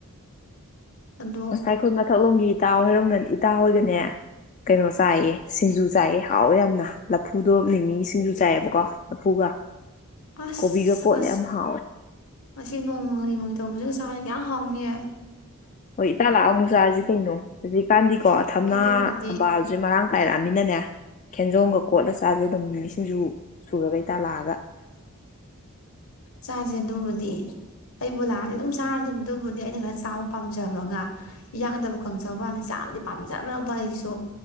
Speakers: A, on the left; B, on the left.
A: ꯑꯗꯣ
B: ꯉꯁꯥꯏꯈꯜ ꯃꯊꯛꯂꯣꯝꯒꯤ ꯏꯇꯥ ꯍꯔꯝꯒ ꯏꯇꯥ ꯍꯣꯏꯒꯅꯦ ꯀꯩꯅꯣ ꯆꯥꯏꯌꯦ ꯁꯤꯡꯖꯨ ꯆꯥꯏꯌꯦ ꯍꯥꯎꯋꯦ ꯌꯥꯝꯅ ꯂꯐꯨꯗꯣ ꯅꯤꯅꯤ ꯁꯤꯡꯖꯨ ꯆꯥꯏꯑꯕꯀꯣ ꯂꯐꯨꯒ
A: ꯑꯁꯃꯁ
B: ꯀꯣꯕꯤꯒ ꯀꯣꯠꯂꯦ ꯌꯥꯝ ꯍꯥꯎꯋꯦ
A: ꯃꯁꯤ ꯅꯣꯡꯃꯔꯤꯃꯩ ꯇꯧꯕꯁꯨꯒ ꯆꯅ ꯌꯥꯝ ꯍꯥꯎꯅꯤꯌꯦ
B: ꯍꯣꯏ ꯏꯇꯥ ꯂꯥꯛꯑ ꯑꯃꯨꯛ ꯆꯥꯔꯁꯤ ꯀꯩꯅꯣ ꯍꯧꯖꯤꯛꯀꯥꯟꯗꯤꯀꯣ ꯊꯝꯅꯥ
A: ꯍꯣꯏ ꯑꯗꯨꯕꯨꯗꯤ
B: ꯊꯝꯕꯥꯜꯁꯦ ꯃꯔꯥꯡ ꯀꯥꯏꯔꯛꯑꯃꯤꯅꯅꯦ ꯈꯦꯟꯖꯣꯝꯒ ꯀꯣꯠꯂ ꯆꯥꯥꯁꯦ ꯑꯗꯨꯝꯃꯤ ꯁꯤꯡꯖꯨ ꯁꯨꯔꯒꯩ ꯇꯥꯜꯂꯛꯑꯒ
A: ꯆꯥꯁꯦ ꯑꯗꯨꯕꯨꯗꯤ ꯑꯩꯕꯨ ꯂꯥꯛꯑꯗꯤ ꯑꯗꯨꯝ ꯆꯥꯔꯗꯕ ꯑꯗꯨꯕꯨꯗꯤ ꯑꯩꯅ ꯈꯔ ꯆꯥꯕ ꯄꯥꯝꯖꯕꯒ ꯌꯥꯡꯗꯕ ꯈꯪꯖꯕꯅꯤ ꯆꯥꯕꯗꯤ ꯄꯥꯝꯖꯈ꯭ꯔꯕ ꯑꯩꯁꯨ